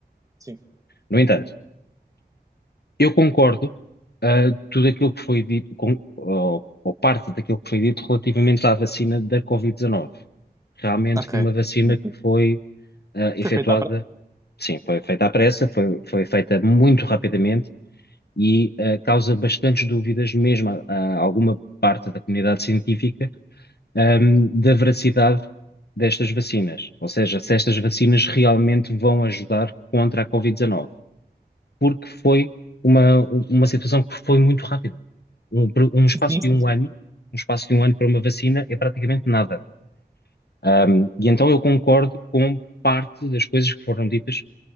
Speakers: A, on the right (about 20°); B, on the left (about 70°).
A: Sim.
B: No entanto, eu concordo, ah, tudo aquilo que foi dito, com, ou, ou parte daquilo que foi dito relativamente à vacina da Covid-19. Realmente
A: Ok.
B: foi uma vacina
A: enfim.
B: que foi, ah, efetuada.
A: Foi feita à prática.
B: Sim, foi feita à pressa, foi, foi feita muito rapidamente e eh, causa bastantes dúvidas, mesmo a, a alguma parte da comunidade científica, ahm, da veracidade destas vacinas. Ou seja, se estas vacinas realmente vão ajudar contra a Covid-19, porque foi uma, uma situação que foi muito rápida. Um, um
A: Sim,
B: espaço de
A: sim.
B: um ano, um espaço de um ano para uma vacina é praticamente nada. Ahm, e então eu concordo com parte das coisas que foram ditas,